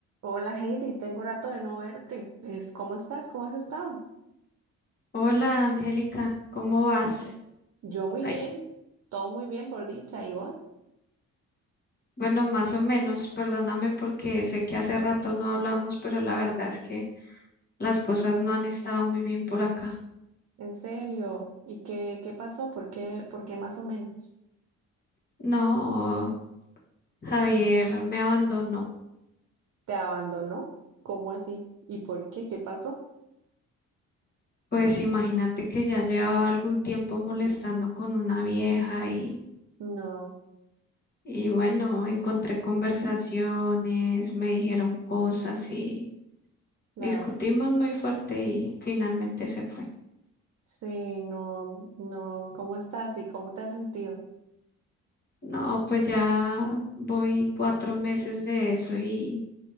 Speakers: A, on the right (about 55°); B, on the left (about 35°).
A: Hola Heidi, tengo rato de no verte. Es, ¿cómo estás? ¿Cómo has estado?
B: Hola Angélica, ¿cómo vas?
A: Yo muy
B: Ay,
A: bien, todo muy bien por dicha. ¿Y vos?
B: bueno, más o menos, perdóname porque sé que hace rato no hablamos, pero la verdad es que las cosas no han estado muy bien por acá.
A: ¿En serio? ¿Y qué, qué pasó? ¿Por qué, por qué más o menos?
B: No, Javier me abandonó.
A: ¿Te abandonó? ¿Cómo así? ¿Y por qué? ¿Qué pasó?
B: Pues imagínate que ya llevaba algún tiempo molestando con una vieja y,
A: No,
B: y bueno, encontré conversaciones, me dijeron cosas y
A: claro.
B: discutimos muy fuerte y finalmente se fue.
A: Sí, no, no. ¿Cómo estás y cómo te has sentido?
B: No, pues ya voy cuatro meses de eso y